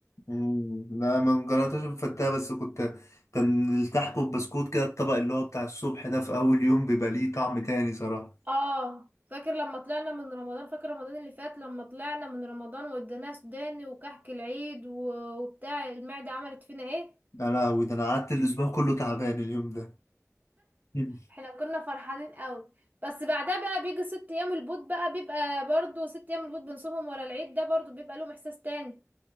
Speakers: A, on the left; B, on the right.
A: مم. لا ما جربتش بفتها بس كنت كان الكحك والبسكوت كده الطبق اللي هو بتاع الصبح ده في أول يوم بيبقى ليه طعم تاني صراحة
B: اه فاكر لما طلعنا من رمضان فاكر رمضان اللي فات لما طلعنا من رمضان وادانا سوداني وكحك العيد و- وبتاع المعدة عملت فينا ايه
A: يا لهوي ده أنا قعدت الأسبوع كله تعبان اليوم ده مم.
B: احنا كنا فرحانين قوي بس بعدها بقى بيجي ست ايام البوت بقى بيبقى برضو ست ايام البوت بنصومهم ورا العيد ده برضو بيبقى لهم احساس تاني